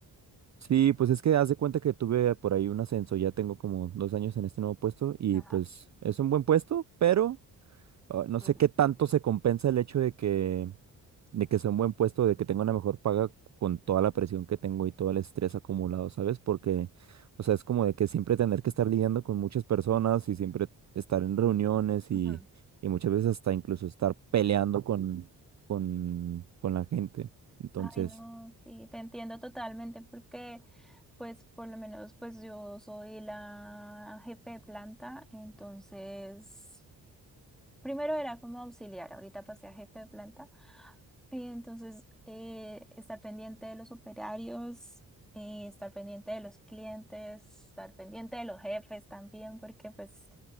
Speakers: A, on the right; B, in the centre.
A: Sí, pues es que haz de cuenta que tuve por ahí un ascenso, ya tengo como dos años en este nuevo puesto y
B: Ajá.
A: pues es un buen puesto, pero ah, no
B: Duro.
A: sé qué tanto se compensa el hecho de que, de que sea un buen puesto, de que tenga una mejor paga con toda la presión que tengo y todo el estrés acumulado, ¿sabes? Porque, o sea, es como de que siempre tener que estar lidiando con muchas personas y siempre estar en reuniones
B: Ujú.
A: y, y muchas veces hasta incluso estar peleando con, con, con la gente. Entonces...
B: Ay, no, sí, te entiendo totalmente porque Pues por lo menos pues yo soy la jefe de planta, entonces primero era como auxiliar, ahorita pasé a jefe de planta, y entonces eh, estar pendiente de los operarios, eh, estar pendiente de los clientes, estar pendiente de los jefes también, porque pues,